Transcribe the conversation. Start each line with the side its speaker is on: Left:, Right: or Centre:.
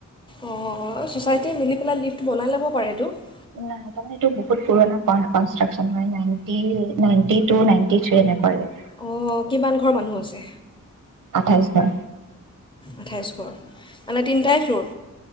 Left: অ', ছ'চাইটি মিলি পেলাই লিফ্ট বনাই ল'ব পাৰে। <unintelligible>
Right: নাই তাৰমানে এইটো বহুত পুৰণা কন-কনষ্ট্ৰাকছন হয় নাইণ্টি, নাইণ্টিটো, নাইন্টিথ্ৰী এনেকুৱাৰে।
Left: অ', কিমান ঘৰ মানুহ আছে?
Right: আঠাইছ ঘৰ।
Left: আঠাইছ ঘৰ। মানে তিনিটাই ফ্ল'ৰ?